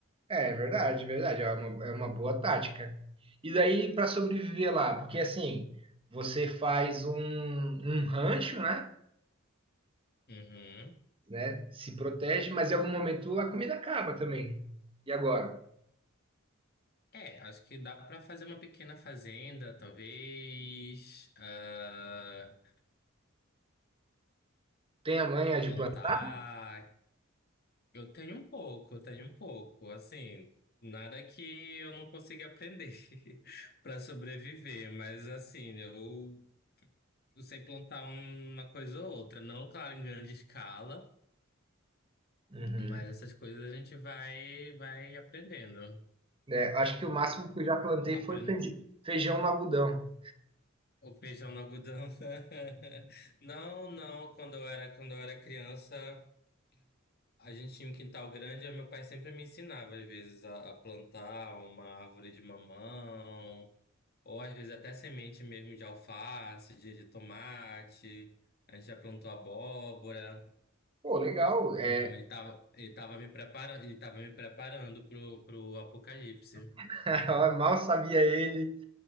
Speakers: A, on the right; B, on the left.
A: É, é verdade, é verdade. É uma, é uma boa tática. E daí para sobreviver lá, porque assim, você faz um, um rancho, né?
B: Uhum.
A: Né? Se protege, mas em algum momento a comida acaba também. E agora?
B: É, acho que dá pra fazer uma pequena fazenda, talvez, ah,
A: Tem a manha de
B: plantar.
A: plantar?
B: Eu tenho um pouco, eu tenho um pouco. Assim, nada que eu não consiga aprender <laughs> para sobreviver, mas assim, eu, eu sei plantar uma coisa ou outra, não, claro, em grande escala,
A: Uhum.
B: mas essas coisas a gente vai, vai aprendendo.
A: É, acho que o máximo que eu já plantei
B: Aprende
A: foi feij- feijão no algodão.
B: o feijão no algodão. <laughs> Não, não, quando eu era, quando eu era criança, a gente tinha um quintal grande, e meu pai sempre me ensinava, às vezes, a a plantar uma árvore de mamão. Ou às vezes até semente mesmo de alface, de, de tomate. A gente já plantou abóbora.
A: Pô, legal. É,
B: Então ele tava, ele tava me preparando, ele tava me preparando pro, pro apocalipse.
A: <laughs> mal sabia ele